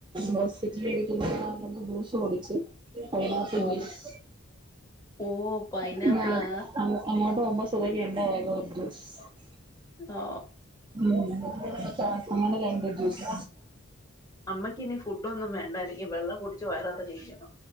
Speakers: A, on the right; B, on the left.
A: ഹോസ്പിറ്റലിരിക്കുമ്പോ ആണെങ്കിൽ ജ്യൂസ്‌ കുടിച്ച് പൈനാപ്പിൾ
B: ഓ
A: ജ്യൂസ്‌
B: ഓ പൈനാപ്പിളാ
A: <unintelligible> ഞാൻ ആഹ് അങ്ങോട്ട് പോകുമ്പോ സുഖല്ലാ <unintelligible>
B: ആ
A: ഹ്മ്മ് അങ്ങനെ രണ്ട് ജ്യൂസ്
B: അമ്മയ്ക്കിനി ഫുഡോന്നും വേണ്ടായിരിക്കും വെള്ളം കുടിച്ച് വയറ് നെറഞ്ഞിരിക്കും